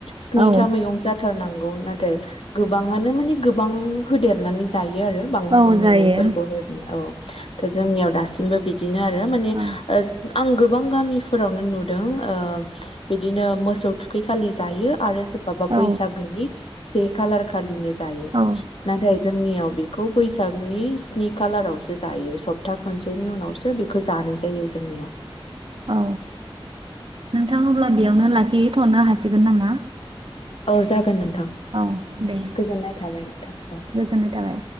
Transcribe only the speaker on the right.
औ
औ
जायो
औ
औ
औ
औ नोंथां अब्ला बेयावनो लाखिहैथनो हासिगोन नामा?
औ दे
गोजोननाय थाबाय।